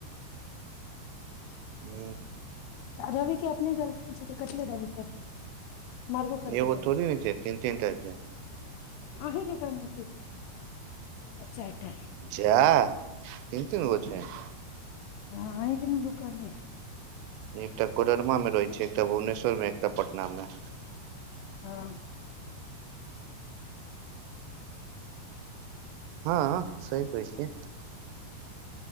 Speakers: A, on the right; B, on the left.
A: हू
B: रवि के अपने गर्लफ्रेंड छै तऽ कथल रवि करतै मारबो करतै
A: एगो थोड़े होय छै तीन तीन टा छै
B: अन्हि कें कहने आ चारि टा
A: जाय तीन तीन गो अछा <inaudible>
B: आँ अन्हि कें ने दुकाने
A: एकटा कोडरमा रहैत छै एकटा भुवनेश्वरमे एकटा पटनामे
B: हँ
A: हँ सही कहै छ